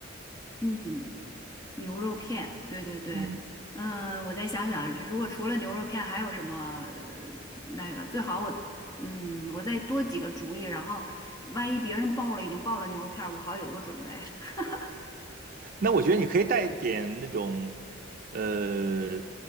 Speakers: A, on the left; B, on the right.
A: 嗯。牛肉片，对对对，
B: 嗯，
A: 嗯，我再想想啊，如果除了牛肉片还有什么呃那个最好我嗯我再多几个主意，然后万一别人报了已经报了牛肉片儿我好有个准备。<laughs>
B: 那我觉得你可以带点那种，呃，